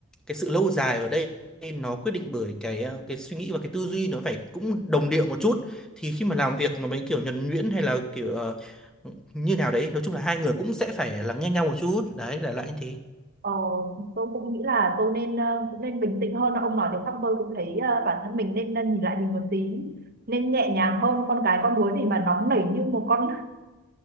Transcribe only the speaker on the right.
ờ tôi cũng nghĩ là tôi nên ờ, cũng nên bình tĩnh hơn ông nói thế xong tôi cũng thấy ờ, bản thân mình nên ờ, nhìn lại mình một tí nên nhẹ nhàng hơn con cái con đuối thì mà nóng nảy như một con